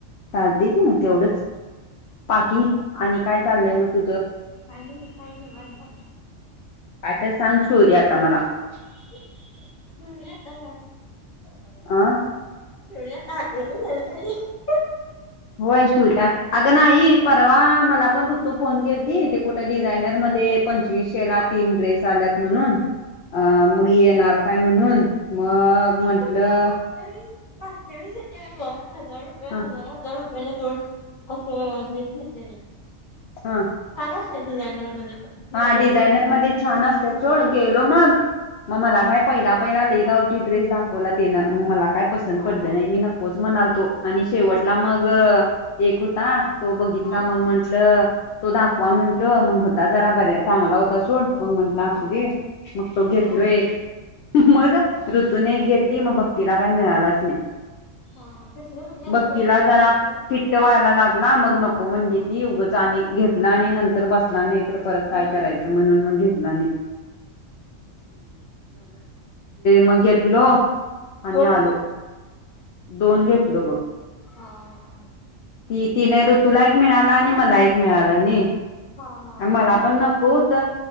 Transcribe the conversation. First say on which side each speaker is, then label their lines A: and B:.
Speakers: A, on the left (about 60°); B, on the left (about 40°).
A: चालते की मग तेवढंच पाकी आणि काय चाललय मग तुझं?
B: <unintelligible>
A: काय तर सांग स्टोरी आता. मला
B: <unintelligible> <unintelligible>
A: अ
B: <inaudible>
A: होय स्टोरी अगं नाही परवा मला पण ऋतू फोन केलती ते कुठ्या डिझायनर मध्ये पंचवीसशेला तीन ड्रेस आल्यात म्हणून, अं मग येणार काय म्हणून मग
B: ती
A: म्हंटलं.
B: पण स्टॅम्प मागच्या वेळी मागच्या वेळेस घेतलय ना ग हजार रुपये
A: ह
B: हजार रुपये मला दोन अस ड्रेस घेतले नही छान
A: हा
B: असत डिझायनर मध्ये पण दिवाळीत
A: हा डिझायनर मध्ये छान असत थोड गेलो मग म मला
B: हा
A: काय पहिला पहिला ले गावठी ड्रेस दाखवला तेनं मग मला काय पसंत
B: हा
A: पडलं
B: हा
A: नाही मी नकोच म्हणालतो. आणि शेवटला मग एक होता
B: हा
A: तो बघितला
B: हा
A: मग म्हंटल. तो दाखवा म्हंटल मग होता. जरा बर्या
B: हा
A: चांगला होता सोड मग म्हंटलं असू
B: हा
A: दे मग तो घेत
B: मग
A: लोय मग
B: हा
A: ऋतूनून
B: हा
A: एक घेतली मग भक्तीला काही मिळालाच नाही.
B: हा कसलं म्हणजे असं
A: बघतीला जरा
B: म्हणजे
A: फिट्ट व्हायला लागला मग नको म्हणली
B: हा
A: ती उगच आणि घेतला आणि नंतर बसला नाहीतर. परत
B: होय
A: काय करायचं म्हणून मग घेतला नाही. मग घेतलो. आणि
B: दोन
A: आलो दोन घेतलो बघ.
B: हा हा
A: ती तिन ऋतूला एक मिळाला आणि मला एक मिळाला नी.
B: हा हा
A: आ मला पण नको होत.